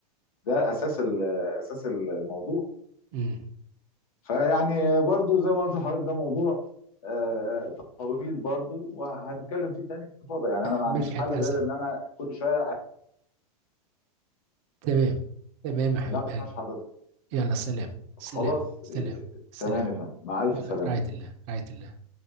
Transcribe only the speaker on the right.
امم
مدحت
حسن
تمام تمام يا حبيب
قلبي
يلا سلام سلام
سلام سلام
يلا
في رعاية الله في رعاية الله